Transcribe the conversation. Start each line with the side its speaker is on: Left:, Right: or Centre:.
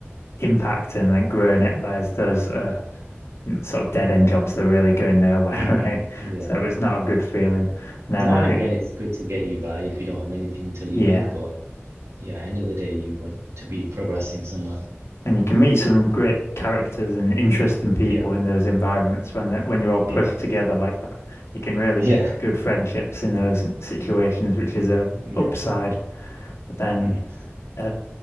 Left: impact and like grow in it. Whereas those uh, sort of dead end jobs that really go nowhere,
Right: Mm,
Left: <laughs> right?
Right: yeah.
Left: So it was not a good feeling. And
Right: Now
Left: then I,
Right: and again, it's good to get you by if you don't have anything to lean
Left: yeah,
Right: on, but yeah, end of the day, you want to be progressing somewhere.
Left: and you can meet some great characters and interesting people
Right: Yeah.
Left: in those environments when that when you're all pushed
Right: Yeah.
Left: together like that. You can really
Right: Yeah.
Left: get good friendships in those situations, which is a
Right: Yeah.
Left: upside. But then
Right: Mm.
Left: uh,